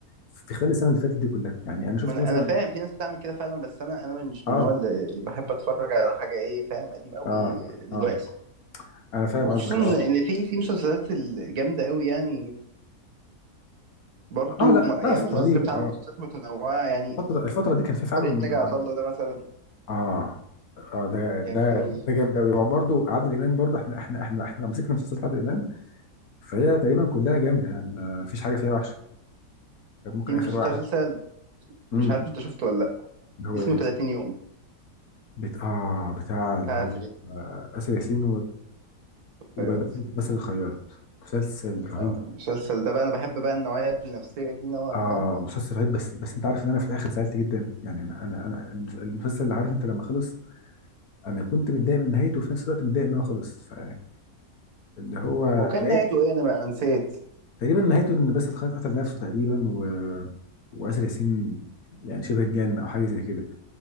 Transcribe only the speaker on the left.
في خلال السنه اللي فاتت دي كلها يعني انا شفت
مثلا
اه
اه
اه انا فاهم
قصدك اه
اه لا
لا
الفتره
دي
اه
الفتره الفتره دي كان في فعلا
اه اه ده ده
ده جامد قوي هو برضه عادل امام برضه احنا احنا احنا احنا لو مسكنا مسلسلات عادل امام فهي تقريبا كلها جامده يعني ما فيش حاجه فيها وحشه غير ممكن
اخر واحد امم
اللي هو
ايه
بت... اه بتاع اللي
هو
آه، آسر ياسين
وبس بس الخياط مسلسل رهيب
اه
مسلسل رهيب بس بس انت عارف ان انا في الاخر زعلت جدا يعني انا انا انا المس- المسلسل اللي عارف انت لما خلص انا كنت متضايق من نهايته وفي نفس الوقت متضايق ان هو خلص فاللي هو
لا-
تقريبا نهايته ان باسل الخياط قتل نفسه تقريبا و... واسر ياسين يعني شبه اتجن او حاجه زي كده